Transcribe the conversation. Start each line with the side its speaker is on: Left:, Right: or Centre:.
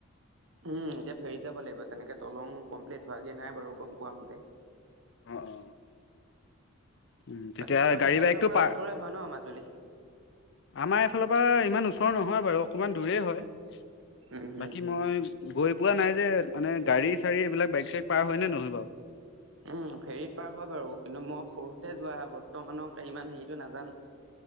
Right: উম এতিয়া ফেৰিত যাব লাগিব তেনেকে দলং কমপ্লিট হোৱাগে নাই বাৰু গম পোৱা মতে
Left: অ অ উম তেতিয়া
Right: বাকী তহতৰ
Left: গাড়ী
Right: সেই চাইডৰ
Left: বাইকটো
Right: পৰা
Left: পাৰ
Right: ওচৰে হয় ন মাজুলী
Left: আমাৰ এইফালৰ পৰা ইমান ওচৰ নহয় বাৰু অকণমান দূৰেই হয়
Right: উম হম
Left: বাকী মই গৈ পোৱা নাই যে মানে গাড়ী চাৰি এইবিলাক বাইক চাইক পাৰ হয়নে নহয় বাৰু
Right: উম ফেৰিত পাৰ হয় বাৰু কিন্তু মই সৰুতে যোৱা বৰ্তমানৰ ইমান হেৰিটো নাজানো